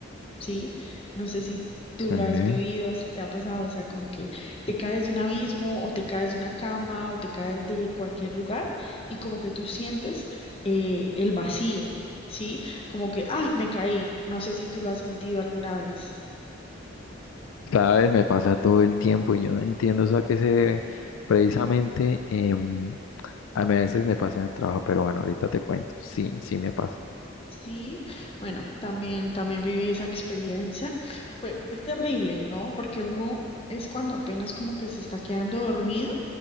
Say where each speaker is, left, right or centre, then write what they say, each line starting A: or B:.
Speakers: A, on the left; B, on the left.
A: ¿sí? No sé si tú
B: Sí.
A: lo has vivido, si te ha pasado, o sea, como que te caes de un abismo o te caes de una cama o te caes de cualquier lugar y como que tú sientes eh, el vacío, ¿sí? Como que, ah, me caí, no sé si tú lo has sentido alguna vez.
B: Sabes, me pasa todo el tiempo y yo no entiendo eso a qué se debe. Precisamente, em, a mí a veces me pasa en el trabajo, pero bueno, ahorita te cuento. Sí, sí me pasa.
A: Sí, bueno, también, también viví esa experiencia. Pues es terrible, ¿no? Porque uno es cuando apenas como que se está quedando dormido